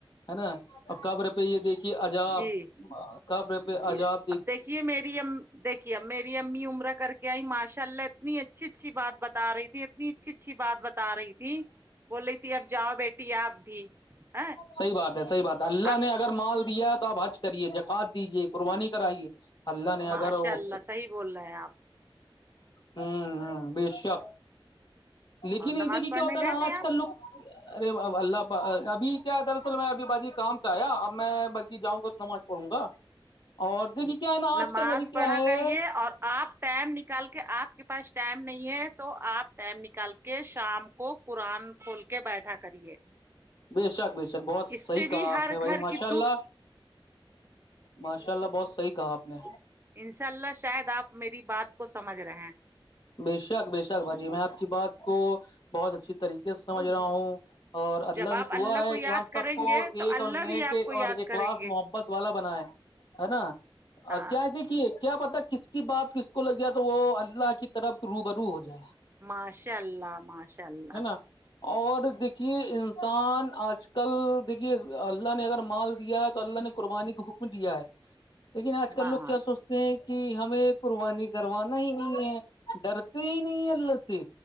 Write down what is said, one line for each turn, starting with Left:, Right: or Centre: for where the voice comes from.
Left: ہے نا اور قبر پہ یہ دیکھیے عجاب
Right: جی
Left: قبر پہ
Right: جی
Left: عجاب
Right: اب دیکھیے میری ا دیکھیے اب میری امی عمرہ کر کے آئی ماشاءاللہ اتنی اچھی اچھی بتا رہی تھی اتنی اچھی اچھی ب آ رہی تھی بول رہی تھی اب جاؤ بیٹی آپ بھی ا
Left: صحی بات ہے صحی بات ہے
Right: تو
Left: اللہ
Right: اب
Left: نے اگر مال دیا ہے تو آپ حج کریے زاکات دیجیے قربانی کرائیے اللہ نے اگرگر
Right: ماشاء اللہ
Left: ہوں
Right: صحیح بول رہے ہیں آپ
Left: ہ بے شک لیکن
Right: اور نماز
Left: ایسے کہ
Right: پڑھنے
Left: کیا ہوتا
Right: گئے
Left: نا
Right: تھے
Left: آج
Right: آپ
Left: کل لوگ ارے اللہ ابھی کیا دراصل میں ابھی باجی کام اب میں بلکی جاؤں گا تو نماز پڑھوں گا اور دیکھیے
Right: جی
Left: کیا ہے نا آج
Right: نماز
Left: کل باجی
Right: پڑھا
Left: کیا ہے
Right: کریے اور آپ ٹائم نکال کے آپ کے پاس ٹائم نہیں ہے تو آپ ٹم نکال کے شام کو قرآن کھول کے بیٹھا کریے
Left: بے شک بے شک بہت
Right: اس
Left: صحی
Right: سے بھی
Left: کہا
Right: ہر
Left: آپ نے بھائی
Right: گھر
Left: ماشاء
Right: کی
Left: اللہ
Right: دکھ
Left: ماشاء اللہ بہت صحیح کہا آپ نے
Right: انشاء اللہ شاید آپ میری بات کو سمجھ رہے ہیں
Left: بے شک بے شک باجی میں آپ کی بات کو بہت اچھی طریق سمجھ رہا ہوں اور اللہ
Right: جب آپ
Left: سے دعا ہے
Right: کو یاد
Left: کہ ہم سب
Right: کریں
Left: کو
Right: گے تو
Left: ایک
Right: اللہ
Left: اور ن
Right: بھی آپ کو یاد
Left: اور ایک
Right: کریں
Left: کلاس
Right: گے
Left: محبت پت والا بنا ہے ہے نا
Right: ہاں
Left: کیا ہے دیکھیے کیا پتا کس کی بات کس کو لگ جائے تو وہ اللہ کی طرف روبرو ہو جائے
Right: ماشاء اللہ ماشاء اللہ
Left: ہے نا اور دیکھیے انسان آج کل دیکھیے اللہ نے اگر مال دیا ہے تو اللہ نے قربانی کو حکم دیا ہے لیکن آج کل
Right: ماں
Left: لوگ کیا سوچتے ہیں کہ ہمیں قربانی کروانا ہی نہیں ہے ڈرتے ہی نہیں اللہ سے